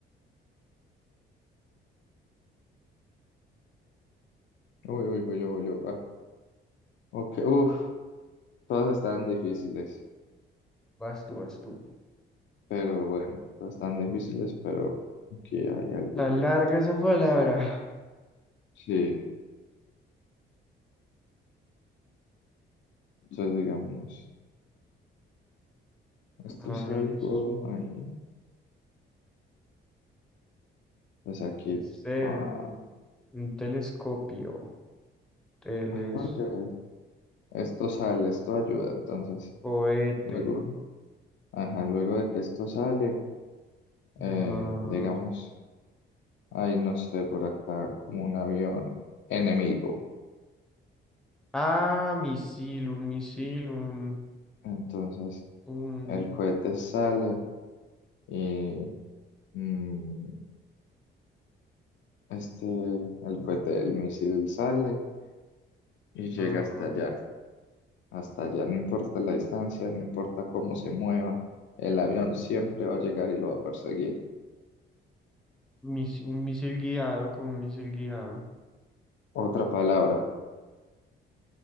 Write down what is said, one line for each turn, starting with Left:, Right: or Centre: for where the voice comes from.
Left: Uy, uy, voy yo, voy yo. Ah, ok. Uf, todas están difíciles.
Centre: Vas tú, vas tú.
Left: Pero bueno, todas están difíciles, pero aquí hay algo
Centre: Está
Left: que
Centre: larga esa palabra.
Left: Sí, entonces digamos, esto
Centre: A
Left: es
Centre: ver,
Left: algo
Centre: es un
Left: ahí, pues aquí,
Centre: deseo,
Left: pa- ah,
Centre: un telescopio, telescopio,
Left: ah, porque esto sale, esto ayuda, entonces,
Centre: cohete.
Left: luego, ajá, luego de que esto sale, eh,
Centre: Ah,
Left: digamos, ahí no sé, por acá, como un avión enemigo,
Centre: Ah, misil, un misil, un,
Left: entonces,
Centre: un,
Left: el cohete sale y mm, este, el cohete, el misil sale y llega
Centre: ah,
Left: hasta allá. Hasta allá no importa la distancia, no importa cómo se mueva, el avión siempre va a llegar y lo va a perseguir.
Centre: mis- un misil guiado, como un misil guiado.
Left: Otra palabra,